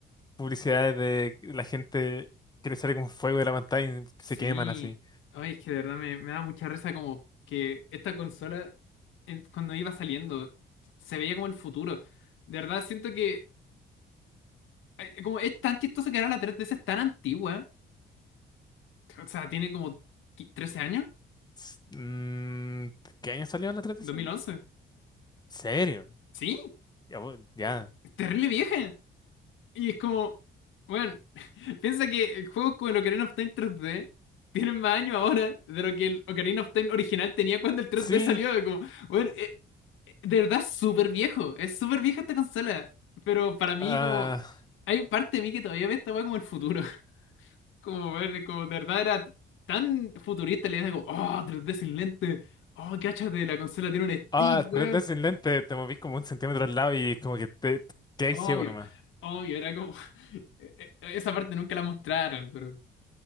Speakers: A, on the left; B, on the left.
A: publicidades de la gente que le sale como fuego de la pantalla y
B: Sí.
A: se queman así.
B: Oye, es que de verdad me, me da mucha risa como que esta consola, en- cuando iba saliendo, se veía como el futuro. De verdad siento que, eh, como es tan chistoso que ahora la 3DS es tan antigua. O sea, tiene como qui- 13 años.
A: S- mm, ¿qué año salió la 3DS?
B: dos mil
A: ¿En
B: once
A: serio?
B: Sí,
A: Ya. bu- ya.
B: es terrible vieja. Y es como, bueno, <laughs> piensa que juegos como el Ocarina of Time tres d tienen más años ahora de lo que el Ocarina of Time original tenía cuando el tres
A: Sí.
B: d salió. Como, bueno, eh, eh, de verdad es súper viejo, es súper vieja esta consola. Pero para mí,
A: ah,
B: como, hay parte de mí que todavía ve esta weá como el futuro. <laughs> Como, bueno, como de verdad era tan futurista, le digo, oh, 3D sin lente. Oh, cáchate, la consola tiene un stick,
A: Ah, tres
B: weón
A: d sin lente, te moví como un centímetro al lado y como que te, te hay
B: Obvio,
A: ciego nomás.
B: obvio, era como. <laughs> e- e- Esa parte nunca la mostraron, pero